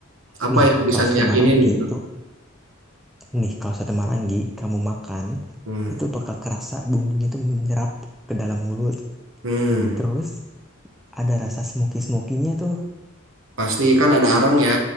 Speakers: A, on the right (about 65°); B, in the centre.
A: Apa
B: Nih,
A: yang bisa
B: kalau
A: ngeyakinin
B: sate Marangi
A: gitu?
B: itu Nih, kalau sate marangi kamu makan,
A: Hmm.
B: itu bakal kerasa bumbunya itu menyerap ke dalam mulut.
A: Hmm.
B: Terus ada rasa smoky-smokinya tuh,
A: Pasti kan ada arang ya.